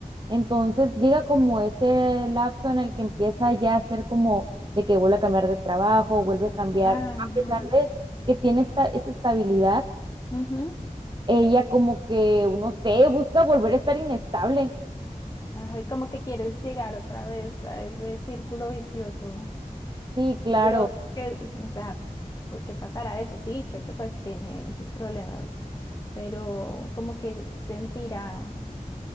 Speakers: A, on the right; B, on the left.
A: Entonces llega como ese lapso en el que empieza ya a ser como de que vuelve a cambiar de trabajo, vuelve a cambiar,
B: Ay,
A: a pesar
B: no.
A: de que tiene esta, esa estabilidad
B: Ujú.
A: ella como que, no sé, busca volver a estar inestable.
B: Ay, como que quieres llegar otra vez a ese círculo vicioso.
A: Sí, claro.
B: Pero, es que, o sea, ¿por qué pasará eso? Sí, sé que pues tiene esos problemas, pero como que sentirá,